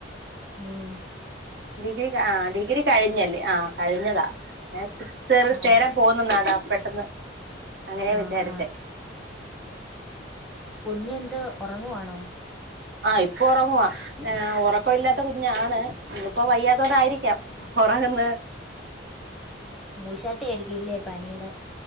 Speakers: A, in the centre; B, on the right (about 60°).
A: ഉം
B: ഡിഗ്രി ആ ഡിഗ്രി കഴിഞ്ഞല്ലേ ആഹ് കഴിഞ്ഞതാ <unintelligible>
A: ആ
B: ചേരാൻ പോകുന്നന്നാടാ പെട്ടെന്ന് അങ്ങനെയാ
A: ആഹ്
B: വിചാരിച്ചേ
A: ആഹ് കുഞ്ഞെന്ത് ഉറങ്ങുവാണോ
B: ആഹ് ഇപ്പൊ ഉറങ്ങുവ ഉറക്ക ഇല്ലാത്ത കുഞ്ഞാണ് ഇന്നിപ്പോ വയ്യാത്തോണ്ട് ആയിരിക്കാം ഉറങ്ങന്ന്
A: മൂശാട്ട ആയിരിക്കയില്ലേ പനിടേ